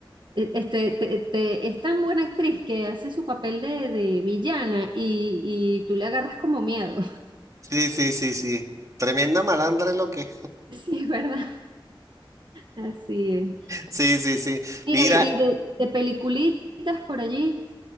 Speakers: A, on the right; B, on the right.
A: eh, este, te- te- es tan buena actriz que hace su papel de, de villana y, y tú le agarras como miedo.
B: sí, sí, sí, sí. Tremenda
A: <laughs>
B: malandra es lo que.
A: Sí, <laughs> ¿verdad? Así es.
B: <laughs> Sí, sí, sí.
A: Mira,
B: Mira,
A: y y de, de peliculitas por allí,